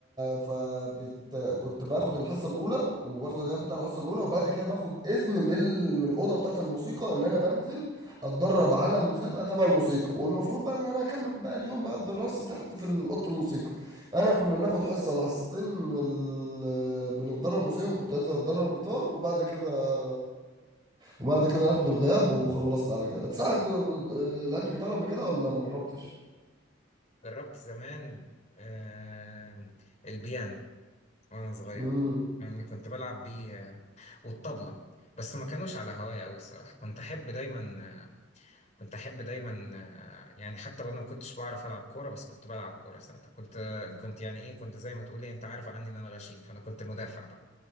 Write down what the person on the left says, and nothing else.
جربت زمان آه البيانو وانا صغير
يعني كنت بلعب بيه آه، والطبلة بس ما كانوش على هواية أوي الصراحة كنت أحب دايما كنت احب دايما آه، يعني حتى وانا ما كنتش بعرف العب كوره بس كنت بلعب كوره ساعتها كنت كنت يعني ايه كنت زي ما تقول إيه، انت عارف عني ان انا غشيم فانا كنت مدافع بقى